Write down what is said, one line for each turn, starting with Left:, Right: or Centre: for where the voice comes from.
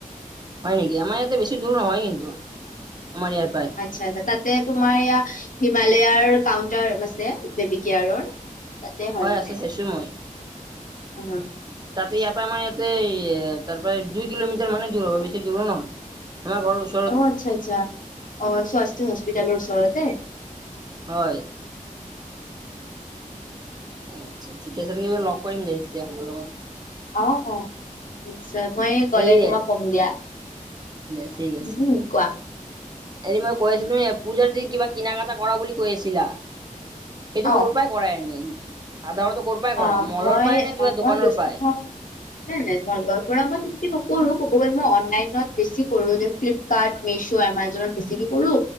Right: হয় নেকি, আমাৰ ইয়াতে বেছি দূৰ নহয় কিন্তু আমাৰ ইয়াত।
Left: আচ্ছা, আচ্ছা তাতে তোমাৰ এয়া, হিমালেয়াৰ কাউণ্টাৰ মাছ তে বেবিকেয়াৰৰ তাতে হয় মানে,
Right: আছে চাইছো মই।
Left: অ'।
Right: তাতে ইয়াৰ পৰা আমাৰ ইয়াতে, তাৰপৰা দুই কিলোমিটাৰ মানে দূৰ হৱ বেছি দূৰো নহয়। আমা ঘৰৰ ওচ
Left: অ', আচ্ছা, আচ্ছা অ', স্বাস্থি হস্পিটালৰ ওচৰতে।
Right: হয়। আচ্ছা, আচ্ছা ঠিকে আছে, তেতিয়া লগ কৰিম দে তেতিয়া লগত
Left: অ', অ', নিশ্চয় মই গ'লে
Right: হেৰি
Left: তোমাক কম দিয়া।
Right: দে ঠিক আছে।
Left: উম কোৱা
Right: এৰি মই কৈ আছিলো তুমি পূজাৰ যি কিবা কিনা-কাটা কৰা বুলি কৈ আছিলা, সেইটো
Left: অ
Right: ক'ৰ পৰাই কৰায়ে নাই ন সাধাৰণতে ক'ৰ পৰাই কৰা,
Left: অ
Right: মলৰ
Left: মই
Right: পায় নে কিবা
Left: মই
Right: দোকানৰ
Left: বেছিভাগ
Right: পৰায়।
Left: নাই, নাই মই লোৱাৰ পৰা মই তেনেকে নকৰো, ক'ব গলে মই অনলাইনত বেছি কৰো যে ফ্লিপ কাৰ্ট, মিছো, এমাজনত বেছিকে কৰো।